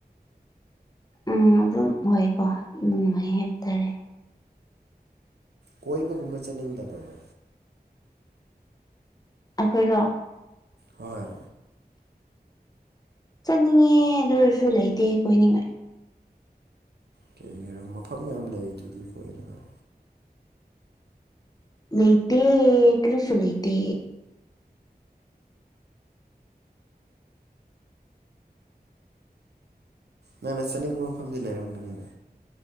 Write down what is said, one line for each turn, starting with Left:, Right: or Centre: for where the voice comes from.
Left: ꯎꯝ ꯑꯗꯨꯝ ꯑꯣꯏꯀꯣ ꯅꯨꯡꯉꯥꯏ ꯍꯥꯏꯕ ꯇꯥꯔꯦ
Right: ꯀꯣꯏꯕꯒꯨꯝꯕ ꯆꯠꯅꯤꯡꯗꯕꯔꯣ
Left: ꯑꯈꯣꯏꯔꯣ
Right: ꯍꯣꯏ
Left: ꯆꯠꯅꯤꯡꯉꯦ ꯑꯗꯨ ꯑꯣꯏꯔꯁꯨ ꯂꯩꯇꯦ ꯀꯣꯏꯅꯤꯡꯉꯥꯏ
Right: ꯀꯩꯒꯤꯔꯣ ꯃꯐꯝ ꯃꯌꯥꯝ ꯂꯩ ꯗꯨꯗꯤ ꯀꯣꯏꯅꯕ
Left: ꯂꯩꯇꯦ ꯀꯔꯤꯁꯨ ꯂꯩꯇꯦ
Right: ꯅꯪꯅ ꯆꯠꯅꯤꯡꯕ ꯃꯐꯝꯗꯤ ꯂꯩꯔꯝꯒꯅꯤꯗ